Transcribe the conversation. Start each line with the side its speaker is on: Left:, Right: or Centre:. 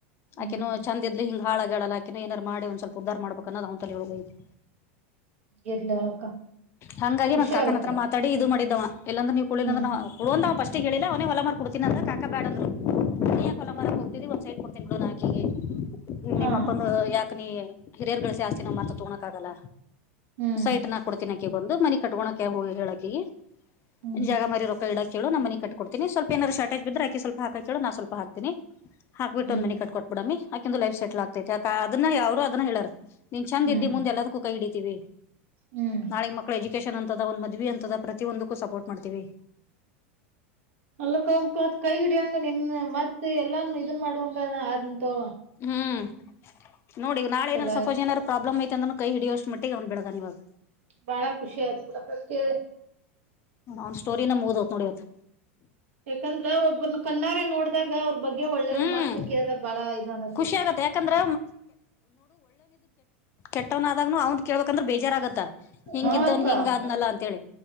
Right: ಹ್ಮ್
Left: ಆಕೇನು ಚಂದ್ ಹಿ ಹಳ ಹೇಳಲ್ಲಾಕೆೋ ಏನಾರ ಮಾಡ ಒಂದ್ ಸ್ವಪ ಉ್ಧಾರ ಮಾಡಬೇಕ ಅ್ ತಲ ಹುಗಯಐತಿ
Right: ಇರ್ಲಿ ಅಳಕ್ಕ
Left: ಹಂಗಾಗಿ
Right: ಖುಷಿ
Left: ಮತ್ತ್ ಕಾಕನ
Right: ಆಗತ್ತ
Left: ಹತ್ರ ಮಾತಾಡಿ ಇದು ಮಾಡಿದ ಇಲ್ಲಂದ್ರೆ ನೀವು ಕುಡಿಲ್ಲಂದ್ರ
Right: ಹ್ಮ್
Left: ಕುಡುವಂತಷ್ಟ ಹೇಳಿಲ್ಲ ಅವನೇ ಹೊಲಮರ ಕೊಡ್ತೀ ಅಂದ್ರ ಕಾಕ ಬಡಂದ್ರು ನೀಕ್ ಹೊಲ ಮರ ಹೋಗತಿದಿ ಒಂದ್ ಸೈಡ್ ಕೊಡ್ತೀ ಆಕಿಗೆ
Right: ಹಾ
Left: ನಿಮ್ಮ ಅಪ್ಪನು ಯಾಕ ನೀ ಹಿರಿಯರ್ ಗಳಸ ಆಸ್ತಿ ನಮ್ಮ ಮತ್ರ ತಗೋಕ್ ಆಗಲ್ಲ
Right: ಹ್ಮ್
Left: ಸೈಟ್ ನ ಕೊಡ್ತೀನಕಗೊಂದು ಮನಿ ಕಟ್ಕೊಳಕ ಹ ಹೇಳಕಿಗೆ
Right: ಹ್ಮ್
Left: ಜಾಗ ಮಾರ ರೊಕ ಇಡ ಕೇಳ ನಮ್ಮನೆ ಕಟ್ ಕೊಡ್ತಿನಿ ಸ್ವಲ್ ಏನಾರ ಶಾರ್ಟಜ ಬಿದ್ರಾಕ ಸ್ಲ್ಪ ಹಾಕ ಕೇಳ ನಾ ಸ್ವಲ್ಪಾಕ್ತಿನಿ ಹಾಕ್ಬಿಟ್ಟ
Right: ಹ್ಮ್
Left: ಒಂದ್ನಿ ಕಟ್ ಕೊಟ್ಬಿಡಮ್ಮಿ ಆಕಂದು ಲೈಫ ಸೆಲ್ ಆಗ್ತೈತಿತ ಅದನ್ನ ಅವರು ಅದನ್ನ ಹೇಳಾರ ನಿ ನೀನ್ ಚಂದ
Right: ಹ್ಮ್
Left: ಇದ್ದಿ ಮುಂದೆ ಎಲ್ಲದಕ್ಕೂ ಕೈ ಹಿಡಿತೀವಿ
Right: ಹ್ಮ್
Left: ನಾಳಗ್ ಮಕ್ಕಳು ಎಜುಕೇಶನ್ ದ ಒಂದ್ ಮದ್ವಿ ಅಂತದ ಪ್ರತಿದಕ್ಕೂ ಸಪೋರ್ಟ್ ಮಾಡ್ತೀವಿ
Right: ಅಲ್ಲಕ ಮತ್ ಕೈ ಹಿಡಿಯಂಗ ನಿನ್ ಮತ್ ಎಲ್ಲಾನ ಇದನ್ ಮಾಡುವಂಗ ಆದಂತು
Left: ಹ್ಮ್ ನೋಡಿ ನಾಳ
Right: ಚಲೋ
Left: ಏನಾರು ಸಪೋಜ್
Right: ಆಯ್ತ್
Left: ಏನಾರರು ಪ್ರಾಬ್ಲಮ್ ಐತೆತ ಅಂದ್ರ ಕೈ ಹಿಡಿಯೋಷ್ಟ್ ಮಿಟ್ಟ ಗ ಬಡಗಿವಾಗ
Right: ಬಾಳ ಖುಷಿ ಆಯ್ತು ಕೇಳಿ
Left: ಅವ್ ಸ್ಟೋರಿ ನಮ್ ಮುಗದ್ ಹೊತ್ ನೋಡಿವತ್
Right: ಯಾಕಂದ್ರ ಒಬ್ಬ್ರನ ಕಣ್ಣಾರೆ ನೋಡ್ದಾಗ ಅವ್ರ ಬಗ್ಗೆ ಹಾಗ ಒಳ್ಳೇದ್
Left: ಹ್ಮ್
Right: ಮತ್ತ ಕೇಳ್ದ ಬಾಳ ಇದು ಅನಸತಿ
Left: ಖುಷಿ ಆಗತ್ತೆ ಯಾಕಂದ್ರ ಕೆಟ್ಟವ್ನ ಆದಾಗ್ನು ಅವನ್ ಕೇಳ್ಬೇಕಂದ್ರೆ ಬೇಜಾರಾಗತ್ತ ಹಿಂಗ
Right: ಹಾ
Left: ಇದವನ್
Right: ಅಕ್ಕ
Left: ಹಿಂಗ ಆದ್ನಲ್ಲ ಅಂತ ಹೇಳಿ